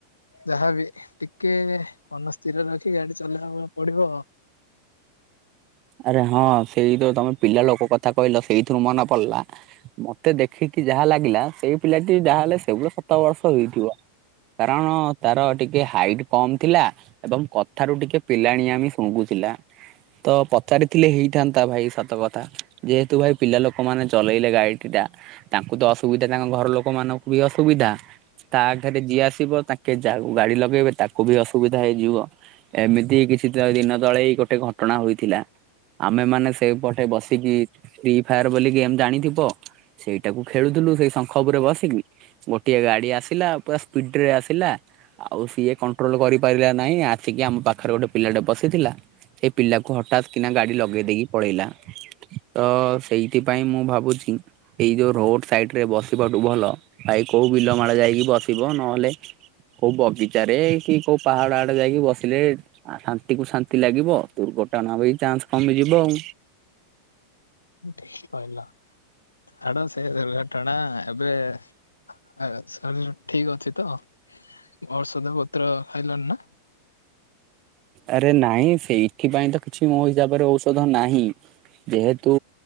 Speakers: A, on the left; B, on the right.
A: ଯାହା ବି ଟି କେ ମନ ସ୍ଥିର ରଖି ଗାଡ଼ି ଚଲେଇବା ପଡ଼ିବ।
B: ଆରେ ହଁ ସେଇ ତ ତମେ ପିଲା ଲୋକ କଥା କହିଲ ସେଇଥିରୁ ମନେ ପଡ଼ିଲା। ମତେ ଦେଖିକି ଯାହା ଲାଗିଲା ସେଇ ପିଲାଟି ଯାହାହେଲେ ସେଉଳ ସତ ବର୍ଷ ହେଇଥିବ? କାରଣ ତାର ଟିକେ ହାଇଟ୍ କମ୍ ଥିଲା। ଏବଂ କଥାରୁ ଟିକେ ପିଲାଣିଆମ ଶୁଙ୍ଗୁଥିଲା ତ ତ ଚାରିଥିଲେ ହେଇଥାନ୍ତା ଭାଇ ସତ କଥା ଯେହେତୁ ଭାଇ ପିଲା ଲୋକମାନେ ଚଲେଇଲେ ଗାଡ଼ି ଟି ଟା। ତାଙ୍କୁ ତ ଅସୁବିଧା ତାଙ୍କ ଘର ଲୋକ ମାନଙ୍କୁ ବି ଅସୁବିଧା। ତାଠାରେ ରେ ଯିଏ ଆସିବ ତାଙ୍କେ ଜାଉ ଗାଡ଼ି ଲଗେଇବେ ତାକୁ ବି ଅସୁବିଧା ହୋଇଯିବ। ଏମିତି କିଛି ତ ଦିନ ତଳେ ଗୋଟେ ଘଟଣା ହୋଇଥିଲା। ଆମେ ମାନେ ସେଇ ପଟେ ବସିକି ଫ୍ରି ଫାୟାର ବୋଲି ଗେମ୍ ଜାଣିଥିବ? ସେଇଟାକୁ ଖେଳୁଥିଲୁ ସେଇ ଶଙ୍ଖ ଉପରେ ବସିକି। ଗୋଟିଏ ଗଗାଡ଼ି ଆସିଲା ପୁରା ସ୍ପିଡ ରେ ଆସିଲା। ଆଉ ସିଏ କଣ୍ଟ୍ରୋଲ କରିପାରିଲା ନାହିଁ ଆସିକି ଆମ ପାଖରେ ଗୋଟେ ପିଲାଟେ ପଶିଥିଲା ସେ ପିଲାକୁ ହଠାତ୍ କିନା ଗାଡ଼ି ଲଗେଇ ଦେଇକି ପଳେଇଲା। ତ ସେଇଥିପାଇଁ ମୁଁ ଭାବୁଛି? ଏଇ ଯୋଉ ରୋଟ୍ ସାଇଟ୍ରେ ବସିବାଠୁ ଭଲ ଭାଇ କୋଉ ବିଲ ମାଳ ଯାଇକି ବସିବ ନହେଲେ କୋଉ ବଗିଚାରେ କି କୋଉ ପାହାଡ଼ ଆଡ଼େ ଯାଇକି ବସିଲେ ଆଉ ଶାନ୍ତି କୁ ଶାନ୍ତି ଲାଗିବ ଦୁର୍ଘଟଣା ବି ଚାନ୍ସ କମିଯିବ ଆଉ।
A: ଠିକ୍ କହିଲ। ଛାଡ଼ ସେ ଦୁର୍ଘଟଣା ଏବେ ଏ ସରଜୁ ଠିକ୍ ଅଛି ତ? ଔଷଧା ପତ୍ର ଖାଇଲଣି ନା?
B: ଆରେ ନାଇଁ ସେଇଥି ପାଇଁ ତ କିଛି ମୋ ହିସାବରେ ଔଷଧ ନାହିଁ। ଯେହେତୁ